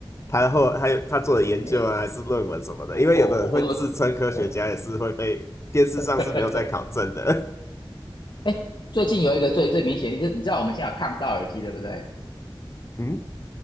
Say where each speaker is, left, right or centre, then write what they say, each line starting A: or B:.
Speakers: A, on the left (about 30°); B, on the left (about 60°).
A: 他后还有他做的研究啊，
B: 你
A: 还是论文什么的，
B: 我我我我说，
A: 因为有的人会自称科学家，
B: 哎
A: 也是会被电视上是没有在考证的。
B: <laughs> 哎，最近有一个最最明显的就是你知道我们现在有抗噪耳机对不对？
A: <laughs> 嗯，